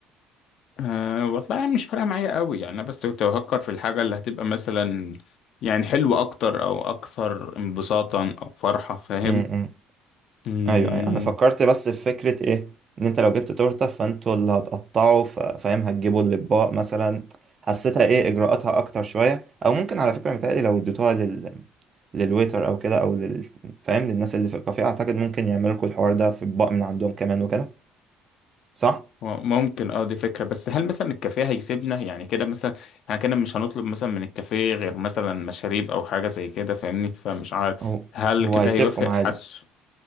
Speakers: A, on the left; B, on the right.
A: أه والله يعني مش فارقه معايا قوي يعني انا بس كنت بفكر في الحاجه اللي هتبقى مثلا يعني حلوه اكتر او اكثر انبساطا او فرحه فاهم
B: م- م.
A: امم
B: ايوه ايوه انا فكرت بس في فكره ايه ان انت لو جبت تورته فانتوا اللي هتقطعوا ف- فاهم هتجيبوا الاطباق مثلا حسيتها ايه اجراءاتها اكتر شويه او ممكن على فكره متهيألي لو اديتوها لل للويتر او كده او لل فاهم للناس اللي في الكافيه اعتقد ممكن يعملوا لكم الحوار ده في اطباق من عندهم كمان وكده صح
A: ممكن اه دي فكرة بس هل مثلا الكافيه هيسيبنا يعني كده مثلا احنا كده مش هنطلب مثلا من الكافيه غير مثلا مشاريب او حاجة زي كده فاهمني فمش عارف
B: هو
A: هل
B: هو
A: الكافيه
B: هيسيبكم
A: هيوافق
B: عادي
A: حاسه